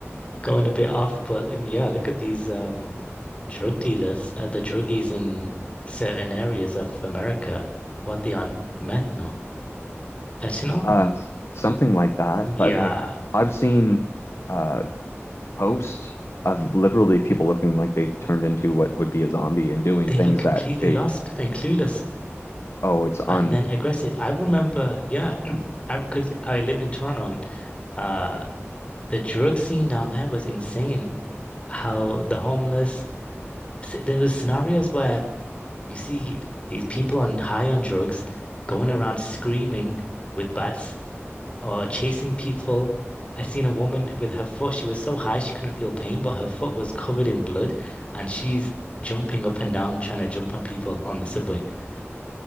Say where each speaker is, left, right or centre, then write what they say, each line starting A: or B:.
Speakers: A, on the left (about 25°); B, on the left (about 65°).
A: Going a bit off, but um, yeah, look at these um drug dealers, uh, the druggies in certain areas of America. What they on methanol, fentanyl?
B: Uh, s- something like that.
A: Yeah,
B: But like I've seen uh posts of literally people looking like they turned into what would be a zombie and doing
A: they
B: things
A: look completely
B: that a
A: lost and clueless
B: oh it's
A: and
B: un
A: then aggressive. I remember, yeah, <clears throat> I because I lived in Toronto and uh the drug scene down there was insane. How the homeless s- there was scenarios where You see these people on high on drugs going around screaming with bats or chasing people. I seen a woman with her foot. She was so high she couldn't feel pain, but her foot was covered in blood, and she's jumping up and down trying to jump on people on the subway. <laughs>